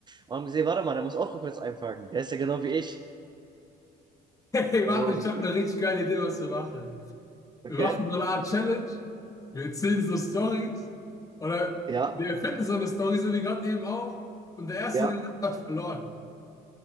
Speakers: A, on the right; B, on the left.
A: und haben gesehen, warte mal, der muss auch rückwärts einparken. Der ist ja genau wie ich.
B: Hey, warte,
A: So, und-
B: ich habe eine richtig geile Idee, was wir machen.
A: okay,
B: Wir machen so eine Art Challenge, wir erzählen so Stories oder
A: ja,
B: wir erfinden so eine Story, so wie gerade eben auch. Und der Erste,
A: ja,
B: der lacht, hat verloren.